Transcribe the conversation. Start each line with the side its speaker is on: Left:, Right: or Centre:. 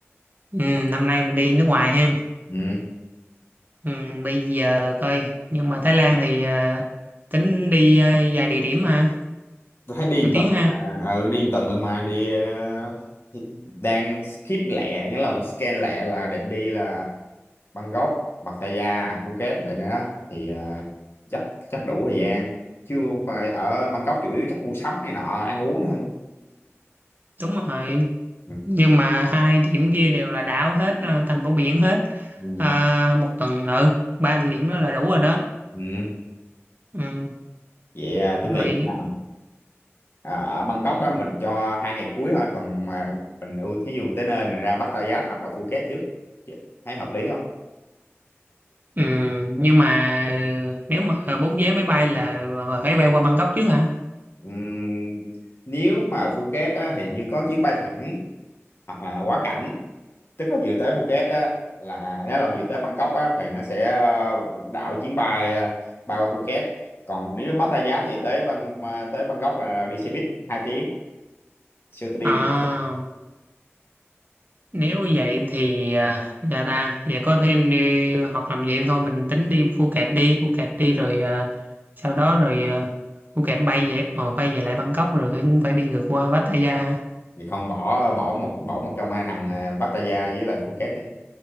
Right: ừ. Năm nay mình đi nước ngoài ha
Left: Ừ.
Right: ừ, bây giờ coi nhưng mà Thái Lan thì ờ, tính đi ờ, vài địa điểm ha
Left: Tôi thấy đi
Right: nổi
Left: một
Right: tiếng
Left: tuần,
Right: ha
Left: à, ừ, đi một tuần luôn mà đi ờ, đang skip lẹ, nghĩa là scan lẹ là định đi là Bangkok, Pattaya, Phuket vậy nữa đó thì ờ, chắc chắc đủ thời gian chứ mà ở Bangkok chủ yếu chắc mua sắm này nọ ăn uống thôi
Right: đúng rồi
Left: ừ.
Right: nhưng mà hai điểm kia đều là đảo hết ờ, thành phố biển hết
Left: Ừ.
Right: Ờ, một tuần ừ ba địa điểm đó là đủ rồi đó
Left: Ừ.
Right: ừ,
Left: Vậy à, tôi
Right: rồi
Left: nghĩ là, à, ở Bangkok á, mình cho hai ngày cuối thôi còn mà mình ưu thí dụ mình tới nơi mình ra Pattaya hoặc là Phuket trước Chứ thấy hợp lý không
Right: ừ, nhưng mà ờ, nếu mà ờ, bút vé máy bay là ờ, phải bay qua Bangkok trước hả
Left: Ừm, nếu mà Phuket á, thì như có chuyến bay thẳng hoặc là quá cảnh tức là vừa tới Phuket á là nếu là vừa tới Bangkok á thì nó sẽ ờ, đảo chuyến bay ờ, bay qua Phuket còn nếu Pattaya thì tới bang mà tới Bangkok là đi xe buýt 2 tiếng siêu tôi đi
Right: à Nếu vậy thì à, dạ ta vậy có thể đi hoặc làm vậy thôi mình tính đi Phuket đi Phuket đi rồi à, sau đó rồi à, Phuket bay về ờ, bay về lại Bangkok rồi cũng phải đi ngược qua Pattaya ha.
Left: thì không bỏ bỏ một bỏ một trong hai thằng ờ, Pattaya với lại Phuket đi